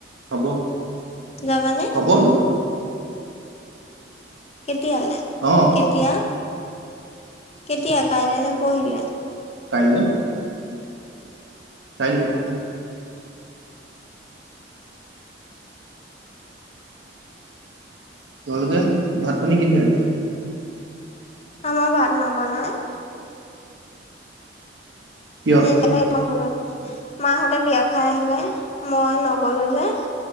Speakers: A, on the right; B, on the left.
A: হ'ব
B: যাবানে?
A: হ'ব বোলো
B: কেতিয়ালে
A: অ',
B: কেতিয়া? কেতিয়া কাইলৈ নে পৰহিলে?
A: কাইলে। কাইলে
B: উম।
A: তোমালোকে ভাত পানী কিহেৰে?
B: আমাৰ ভাত নৱনাই।
A: কিয়
B: নিজে এইখন বনাম। মাহঁতে বিয়া খাই আহিলে। মই নগলো যে